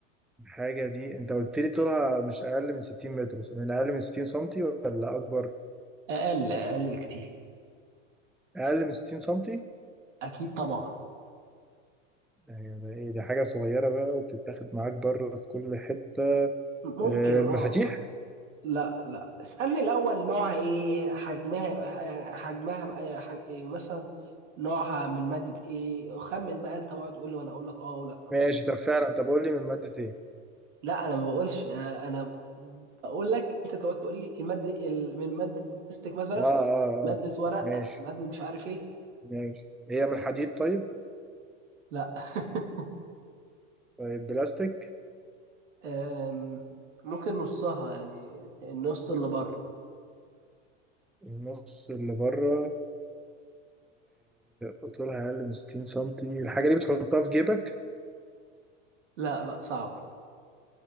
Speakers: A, in the centre; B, on the right.
A: الحاجة دي أنت قلت لي طولها مش أقل من 60 متر، من أقل من 60 سنتي ولا أكبر؟
B: اقل اقل بكتير
A: أقل من 60 سنتي؟
B: اكيد طبعا
A: يعني ده إيه دي حاجة صغيرة بقى وبتتاخد معاك بره في كل حتة،
B: ممكن
A: آه، المفاتيح؟
B: اه لا لا اسألني الاول نوعها ايه حجمها يعني حجمها آه، حج... إيه مثلا نوعها من مادة ايه خمن بقى انت واقعد تقول لي وانا اقول لك اه ولا
A: ماشي طب فعلا طب قول لي من مادة ايه
B: لا انا ما بقولش آه، انا بقول لك انت تقعد تقول لي المادة ال- من مادة بلاستيك مثلا
A: اه اه
B: مادة
A: اه
B: ورق
A: ماشي
B: مادة مش عارف ايه
A: ماشي هي من الحديد طيب
B: لا <laughs>
A: طيب بلاستيك
B: أم، ممكن نصها يعني النص اللي بره
A: النص اللي بره وطولها أقل من 60 سنتي الحاجة دي بتحطها في جيبك
B: لا لا صعب